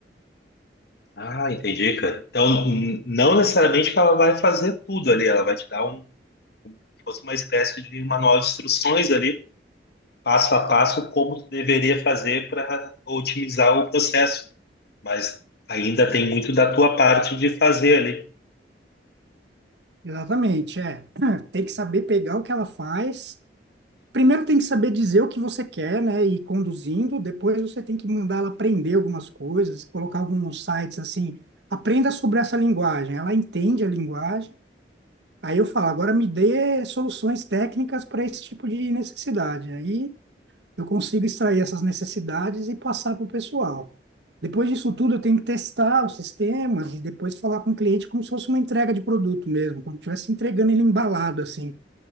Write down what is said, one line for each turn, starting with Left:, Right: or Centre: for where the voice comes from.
Left: Ah, entendi, cara. Então, n- não necessariamente que ela vai fazer tudo ali, ela vai te dar um, se fosse uma espécie de manual de instruções ali, passo a passo, como tu deveria fazer para otimizar o processo. Mas ainda tem muito da tua parte de fazer ali.
Right: Exatamente, é. <clears throat> Tem que saber pegar o que ela faz. Primeiro tem que saber dizer o que você quer, né, e ir conduzindo. Depois você tem que mandar ela aprender algumas coisas, colocar alguns sites assim, aprenda sobre essa linguagem. Ela entende a linguagem. Aí eu falo, agora me dê soluções técnicas para esse tipo de necessidade. Aí eu consigo extrair essas necessidades e passar para o pessoal. Depois disso tudo, eu tenho que testar os sistemas e depois falar com o cliente como se fosse uma entrega de produto mesmo, como se estivesse entregando ele embalado, assim.